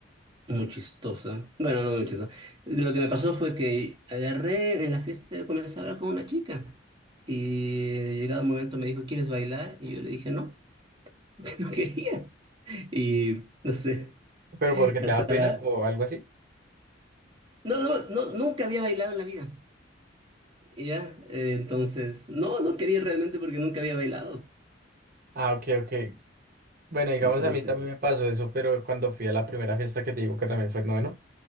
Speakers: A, on the right; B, on the right.
A: muy chistosa. Bueno, no muy chistosa. Lo que me pasó fue que agarré en la fiesta, comencé a hablar con una chica y llegado un momento me dijo, ¿quieres bailar? Y yo le dije, no, <laughs> porque no quería. Y no sé,
B: ¿Pero porque
A: hasta
B: te da
A: ahora...
B: pena o algo así?
A: No, no, no, nunca había bailado en la vida, ¿ya? Eh, entonces, no, no quería realmente porque nunca había bailado.
B: Ah, ok, ok. Bueno, digamos,
A: Entonces,
B: a mí también me pasó eso, pero cuando fui a la primera fiesta que te digo que también fue en noveno.